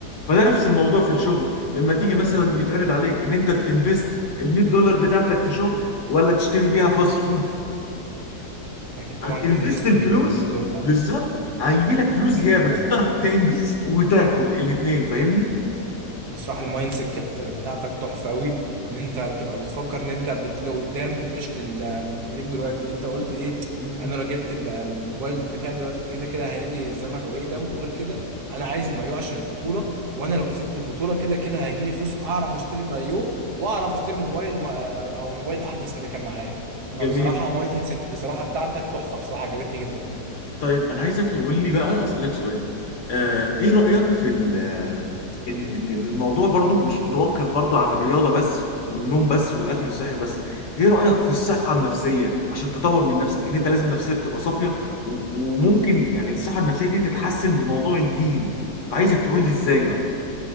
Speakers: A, on the left; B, on the right.
A: فده نفس الموضوع في الشغل لما تيجي
B: الله بجد
A: مثلا يتعرض عليك ان انت تنفست ال 100 دولار بتاعتك في شغل ولا تشتري بيها فاست فود
B: اكيد طبعا
A: هتنفست
B: تنفست
A: الفلوس
B: ال 100 دولار بتاعك
A: بالظبط هيجيلك فلوس زياده
B: ايوه فعلا
A: تقدر تنفست وتاكل الاثنين فاهمني؟
B: بصراحة المايند سيت كانت بتاعتك تحفة قوي ان انت تبقى بتفكر ان انت بت- لقدام مش لل- اللي في ايديك دلوقتي ان انت قلت ايه
A: مم.
B: انا لو جبت الم- الموبايل بتاعي دلوقتي كده كده هيجي الزمن ويقدم وغير كده انا عايز المايو عشان البطولة وانا لو كسبت البطولة كده كده هيجي لي فلوس اعرف اشتري المايو واعرف اشتري موبايل ما- او موبايل احدث من اللي كان معايا
A: جميل
B: فبصراحة مايند سيت بصراحة بتاعتك تحفة بصراحة عجبتني جدا
A: طيب انا عايزك تقول لي بقى اسالك سؤال آه ايه رايك في ال ان ان إن الموضوع برضو مش متوقف برضو عن الرياضه بس والنوم بس والاكل الصحي بس ايه رايك في الصحه النفسيه عشان تطور من نفسك ان انت لازم نفسيتك تبقى صافيه و- وممكن يعني الصحه النفسيه دي تتحسن بموضوع الدين فعايزك تقول لي ازاي بقى